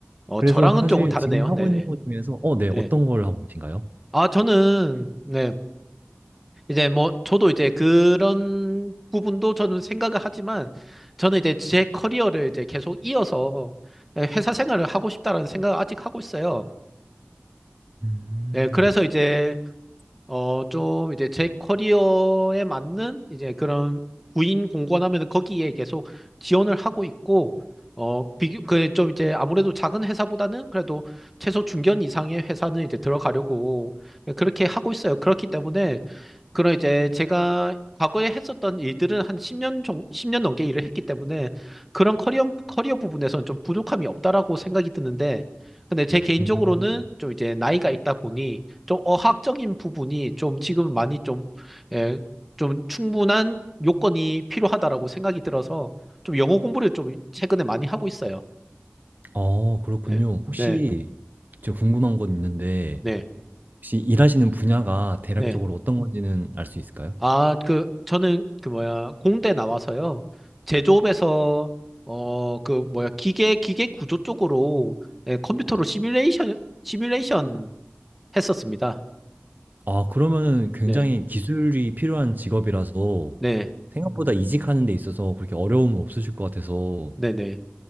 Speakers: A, in the centre; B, on the right.
A: 어,
B: 그래서
A: 저랑은
B: 사실
A: 조금 다르네요.
B: 지금 하고
A: 네네.
B: 있는 것 중에서 어, 네,
A: 네.
B: 어떤 걸 하고 계신가요?
A: 아, 저는, 네. 이제 뭐, 저도 이제 그런 부분도 저는 생각을 하지만, 저는 이제 제 커리어를 이제 계속 이어서 예, 회사 생활을 하고 싶다라는 생각을 아직 하고 있어요.
B: 음,
A: 네, 그래서 이제 어, 좀 이제 제 커리어에 맞는 이제 그런 구인 공고하면은 거기에 계속 지원을 하고 있고, 어, 비교, 그 좀 이제 아무래도 작은 회사보다는 그래도 최소 중견 이상의 회사는 이제 들어가려고 그렇게 하고 있어요. 그렇기 때문에 그런 이제 제가 과거에 했었던 일들은 한 10년 정, 10년 넘게 일을 했기 때문에 그런 커리어, 커리어 부분에서는 좀 부족함이 없다라고 생각이 드는데, 근데 제 개인적으로는
B: 음.
A: 좀 이제 나이가 있다 보니 좀 어학적인 부분이 좀 지금 많이 좀, 예, 좀 충분한 요건이 필요하다라고 생각이 들어서 좀 영어 공부를 좀 최근에 많이 하고 있어요.
B: 어, 그렇군요.
A: 네,
B: 혹시
A: 네,
B: 제가 궁금한 건 있는데
A: 네,
B: 혹시 일하시는 분야가 대략적으로
A: 네.
B: 어떤 음. 건지는 알 수 있을까요?
A: 아, 그, 저는 그 뭐야, 공대 나와서요. 제조업에서, 어, 그 뭐야, 기계, 기계 구조 쪽으로 예, 컴퓨터로 시뮬레이션, 시뮬레이션 했었습니다.
B: 아, 그러면은 굉장히
A: 네,
B: 기술이 필요한 직업이라서
A: 네,
B: 생각보다 음. 이직하는 데 있어서 그렇게 어려움은 없으실 것 같아서
A: 네, 네.